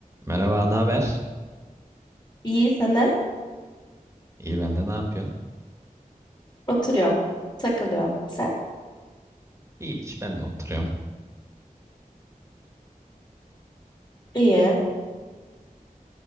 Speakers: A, on the right; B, on the left.
A: Merhaba, ne haber?
B: İyi senden.
A: İyi ben de ne yapıyorsun?
B: Oturuyorum. Takılıyorum. Sen?
A: İyi hiç ben de oturuyorum.
B: İyi.